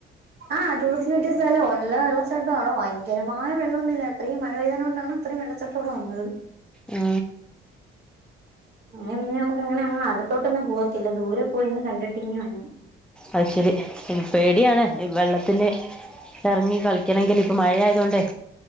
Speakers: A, on the right (about 55°); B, in the centre.
A: ആഹ് ടൂറിസ്റ്റിന് പറ്റിയ സ്ഥല എല്ല വെള്ളച്ചാട്ട ആണോ ഭയങ്കരമായ വെള്ളൊന്നുമ ഇല്ല അത്രയും മഴപേദത് കൊണ്ടോ അത്രയും വെള്ളച്ചാട്ടം തുടെ വന്നത്
B: ആ
A: അങ്ങനെ പിന്നെ നമുക്ക് അങ്ങനെ അങ്ങ അലത്തോട്ടൊന്നും പോത്തില്ല ദൂരെ പോയിന്ന് കണ്ടിട്ടിന്ന് വന്ന്
B: അത് ശരി പേടിയാണ് വെള്ളത്തില് ഇറങ്ങി കളിക്കണമെങ്കിൽ ഇപ്പ മഴയ ആയതൊണ്ടേ